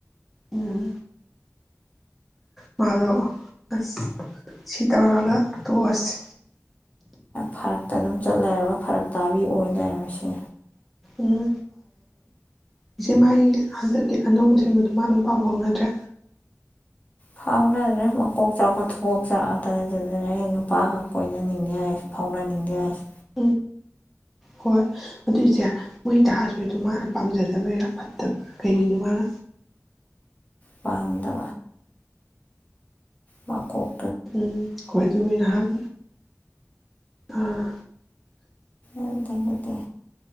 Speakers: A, in the centre; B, on the left (about 25°).
A: ꯎꯝ ꯃꯥꯜꯂꯣꯑꯣ ꯑꯁ ꯁꯤ ꯇꯧꯔꯒ ꯇꯣꯛꯑꯁꯤ
B: ꯐꯔꯛꯇ ꯑꯗꯨꯝ ꯆꯠꯂꯔꯒ ꯐꯔꯛ ꯇꯥꯕꯤ ꯑꯣꯏ ꯂꯩ ꯃꯣꯏꯁꯦ
A: ꯎꯝ ꯏꯆꯦ ꯃꯥꯏ ꯍꯟꯗꯛꯇꯤ ꯑꯅꯧꯕꯁꯤꯡꯕꯗꯨ ꯃꯥ ꯑꯗꯨꯝ ꯄꯥꯎ ꯐꯥꯎꯅꯗ꯭ꯔꯦ
B: ꯐꯥꯎꯅꯗ꯭ꯔꯦ ꯃꯀꯣꯛ ꯆꯥꯛꯄ ꯊꯨꯀꯣꯛ ꯆꯥꯛꯑꯗꯅ ꯑꯗꯨꯗꯅ ꯑꯩ ꯅꯨꯄꯥꯒ ꯀꯣꯏꯅꯅꯤꯡꯗꯦ ꯍꯥꯏꯁ ꯐꯥꯎꯅꯅꯤꯡꯗꯦ ꯍꯥꯏꯁꯦ
A: ꯎꯝ ꯍꯣꯏ ꯑꯗꯨꯏꯁꯦ ꯃꯣꯏ ꯇꯍꯥꯔꯁꯨꯗꯣ ꯃꯥꯅ ꯄꯥꯝꯖꯗꯕꯔꯥ ꯐꯠꯇꯕ꯭ꯔꯥ ꯀꯩꯒꯤꯅꯣ ꯃꯥꯅ
B: ꯄꯝꯗ ꯃꯥꯀꯣ
A: ꯎꯝ ꯍꯣꯏ ꯑꯗꯨꯕꯨ ꯅꯍꯥꯛ ꯑꯝ
B: ꯑꯗꯨ ꯊꯗꯤ